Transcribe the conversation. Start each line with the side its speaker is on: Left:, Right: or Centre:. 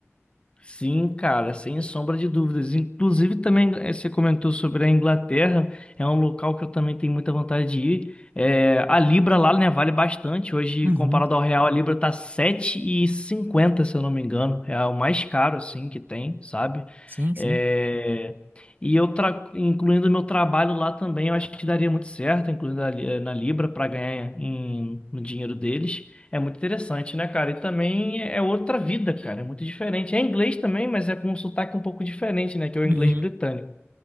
Left: Sim, cara, sem sombra de dúvidas. Inclusive, também eh, você comentou sobre a Inglaterra, é um local que eu também tenho muita vontade de ir. É, a Libra lá, né, vale bastante. Hoje,
Right: Uhum.
Left: comparado ao real, a Libra tá sete e cinquenta se eu não me engano. É o mais caro, assim, que tem, sabe?
Right: Sim, sim.
Left: É, E eu, tra... incluindo o meu trabalho lá também, eu acho que daria muito certo, incluindo ali- eh, na Libra, para ganhar em... no dinheiro deles. É muito interessante, né, cara? E também é outra vida, cara. É muito diferente. É inglês também, mas é com um sotaque um pouco diferente, né? Que é o
Right: Uhum.
Left: inglês britânico.